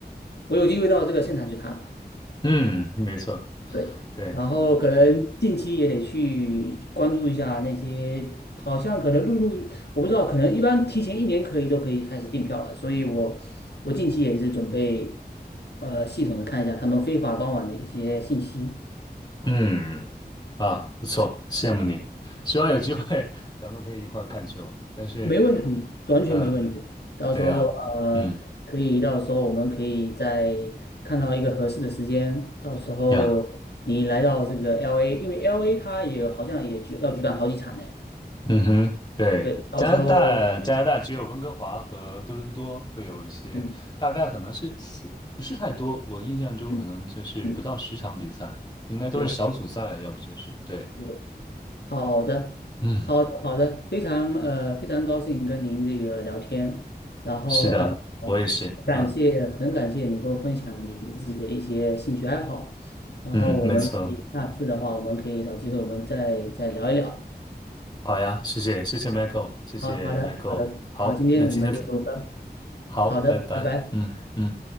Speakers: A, on the left; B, on the left.
A: 我有机会到这个现场去看了。
B: 嗯，没错，
A: 对，
B: 对。
A: 然后可能近期也得去关注一下那些，好像可能陆陆，我不知道，可能一般提前一年可以都可以开始订票了，所以我我近期也是准备，呃，系统的看一下他们非法官网的一些信息，
B: 嗯，嗯嗯啊，不错，羡慕你。希望有机会 <laughs> 咱们可以一块儿看球。但是，
A: 没问题，完全没问题。
B: 嗯、
A: 到时候呃，
B: 对呀、嗯
A: 可以到时候我们可以再看到一个合适的时间，到时候你来到这个
B: 呀，
A: LA，因为 LA 它也好像也举要举办好几场呢。
B: 嗯哼，对，
A: 对，到时候，
B: 加拿大，加拿大只有温哥华和多伦多会有一些，
A: 嗯
B: 大概可能是四，不是太多。我印象中可能就是不到十场比赛，
A: 嗯嗯，
B: 应该都是小组赛，
A: 对
B: 要不就是对。
A: 对，好的，
B: 嗯，
A: 好的好的，非常呃非常高兴跟您这个聊天，然后呃
B: 是的，我也是。
A: 感谢很感谢你跟我分享你自己的一些兴趣爱好，
B: 啊，
A: 然后我们可以下次的话，
B: 嗯，没错。
A: 我们可以找机会我们再再聊一聊。
B: 好呀，谢谢，谢谢 Michael，谢谢
A: 好好的好的，
B: Michael。好，
A: 好，今天我们就拜，
B: 那今天好，
A: 好的，
B: 拜拜。
A: 拜拜。
B: 嗯嗯。